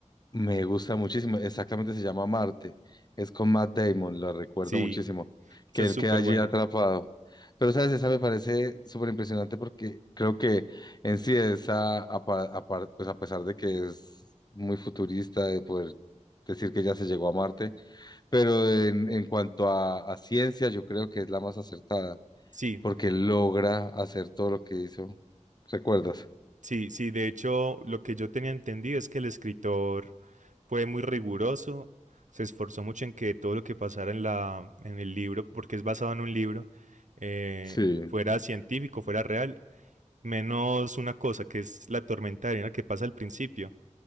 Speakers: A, on the left; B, on the right.
A: Me gusta muchísimo, exactamente se llama Marte, es con Matt Damon, lo recuerdo
B: Sí,
A: muchísimo,
B: esa
A: que
B: es
A: él
B: súper
A: queda allí
B: buena.
A: atrapado. Pero, ¿sabes? Esa me parece súper impresionante porque creo que en sí esa, apa- apar- pues a pesar de que es muy futurista de poder decir que ya se llegó a Marte, pero en, en cuanto a, a ciencia yo creo que es la más acertada
B: Sí,
A: porque logra hacer todo lo que hizo. ¿Recuerdas?
B: sí, sí. De hecho, lo que yo tenía entendido es que el escritor fue muy riguroso, se esforzó mucho en que todo lo que pasara en, la, en el libro, porque es basado en un libro, eh,
A: Sí,
B: fuera científico, fuera real, menos una cosa que es la tormenta de arena que pasa al principio.